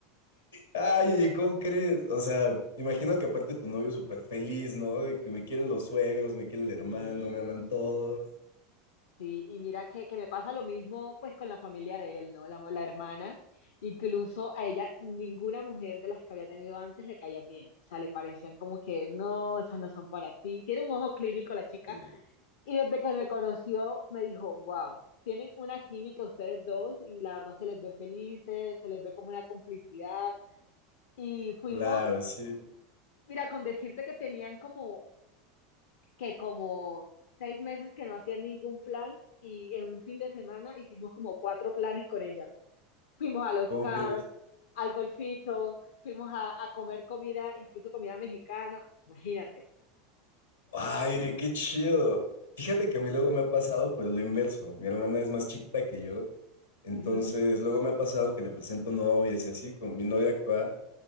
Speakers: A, on the left (about 80°); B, on the left (about 65°).
A: Ay, oye, ¿cómo crees? O sea, imagino que aparte tu novio súper feliz, ¿no? De que me quieren los suegros, me quiere el hermano,
B: Sí,
A: me aman
B: sí,
A: todos.
B: Sí, y mira que, que me pasa lo mismo pues con la familia de él, ¿no? La, la hermana, incluso a ella ninguna mujer de las que había tenido antes le caían bien, o sea, le parecían como que no, esas no son para ti, tiene un ojo clínico la chica,
A: Sí.
B: y desde que me conoció me dijo, wow, tienen una química ustedes dos y la verdad se les ve felices, se les ve como una complicidad, y fuimos,
A: Claro, sí.
B: mira, con decirte que tenían como que como seis meses que no hacía ningún plan y en un fin de semana hicimos como cuatro planes con ella. Fuimos a los
A: ¿Cómo
B: cars,
A: crees?
B: al golfito, fuimos a, a comer comida, incluso comida mexicana, imagínate.
A: Ay, qué chido. Fíjate que a mí luego me ha pasado, pero lo inverso. Mi hermana es más chiquita que yo. Entonces,
B: Ujú.
A: luego me ha pasado que le presento novias y así, con mi novia actual.